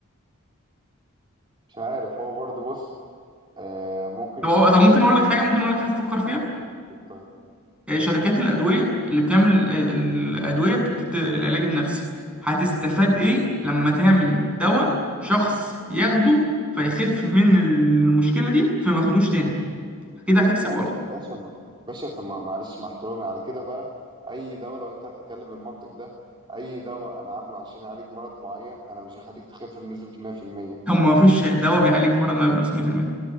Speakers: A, on the right; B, in the centre.
A: مش عارف هو برضو بص آه ممكن
B: طب
A: يكون
B: طب
A: مثلا
B: ممكن أقول لك
A: ايه
B: حاجة ممكن أقول لك حاجة تفكر فيها
A: طيب
B: آه، شركات الأدوية اللي بتعمل آه، الأدوية بتاعت الت- العلاج النفسي هتستفاد إيه لما تعمل دواء شخص ياخده فيخف من المشكلة دي فما ياخدوش تاني كده هتكسب
A: لا
B: ولا
A: يا باشا ما. باشا طب ما- معلش مع احترامي على كده بقى اي دواء لو انت هتتكلم بالمنطق ده اي دواء انا عامله عشان يعالج مرض معين انا مش هخليك تخف بنسبة 100%
B: طب ما فيش دواء بيعالج مرض نفسي 100%